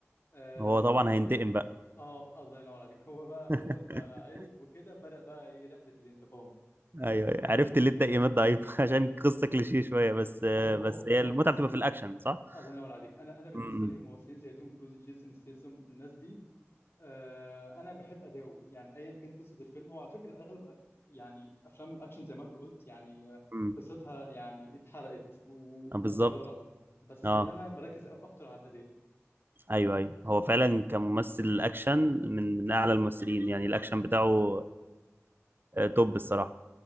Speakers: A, on the left; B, on the right.
A: آه،
B: هو
A: لما
B: طبعا
A: هو عرف
B: هينتقم بقى
A: اه الله ينور عليك <laughs> هو بقى أول
B: <laughs>
A: ما عرف وكده بدأ بقى ايه رحلة الانتقام
B: ايوه أيوة. عرفت اللي انت ايمات ضعيف <laughs> عشان قصه كليشيه شويه بس
A: هو
B: بس
A: هو
B: هي
A: هو
B: المتعه
A: بص
B: بتبقى في الاكشن صح؟
A: الله ينور عليك انا انا بالنسبه
B: امم
A: لي ممثلين زي توم كروز جيسون ستيسم الناس دي آه، انا بحب اداؤه يعني ايا كان قصه الفيلم هو على فكره اغلب يعني افلام الاكشن زي ما انت قلت يعني آه،
B: امم
A: قصتها يعني اتحرقت ومكرره
B: آه، بالظبط
A: بس
B: اه
A: انا بركز أو- اكتر على الاداء
B: ايوه ايوه هو فعلا كممثل اكشن من من اعلى الممثلين يعني الاكشن بتاعه آه، توب الصراحه